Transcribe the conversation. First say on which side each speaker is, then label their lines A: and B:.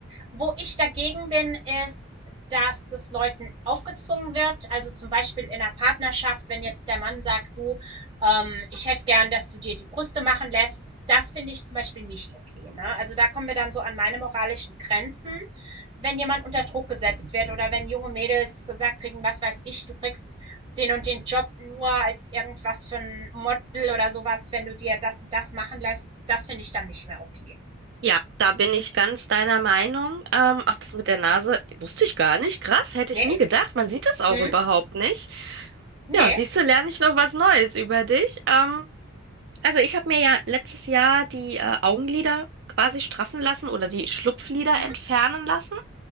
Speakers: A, on the right; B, on the right.
A: Wo ich dagegen bin, ist, dass es Leuten aufgezwungen wird. Also zum Beispiel in einer Partnerschaft, wenn jetzt der Mann sagt, du, ähm, ich hätte gern, dass du dir die Brüste machen lässt. Das finde ich zum Beispiel nicht okay. Ne? Also da kommen wir dann so an meine moralischen Grenzen wenn jemand unter Druck gesetzt wird oder wenn junge Mädels gesagt kriegen, was weiß ich, du kriegst den und den Job nur als irgendwas für ein Model oder sowas, wenn du dir das und das machen lässt, das finde ich dann nicht mehr okay.
B: Ja, da bin ich ganz deiner Meinung. Ähm, ach, das mit der Nase wusste ich gar nicht. Krass, hätte
A: Nee?
B: ich nie gedacht. Man sieht es auch
A: Hm?
B: überhaupt nicht.
A: Nee?
B: Ja, siehst du, lerne ich noch was Neues über dich. Ähm, also ich habe mir ja letztes Jahr die äh, Augenlider quasi straffen lassen oder die Schlupflider
A: Mhm.
B: entfernen lassen.